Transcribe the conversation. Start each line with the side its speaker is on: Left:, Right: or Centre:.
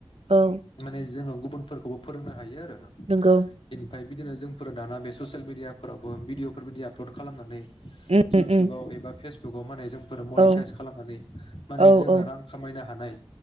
Right: औ
Left: माने जोंङो गुबुनफोरखौबो फोरोंनो हायो।
Right: नोंगौ
Left: बेनिफ्राय बिदिनो जों फोर दाना बे ससियेल मिडियाफोरावबो भिडिअफोरबायदि आपल'ड खालामनानै
Right: उम
Left: इयउटुबाव
Right: उम
Left: एबा फेस बुगाव माने जों फोर मनिटाइस
Right: औ
Left: खालामनानै माने
Right: औ
Left: जोङो
Right: औ
Left: रां खामायनो हानाय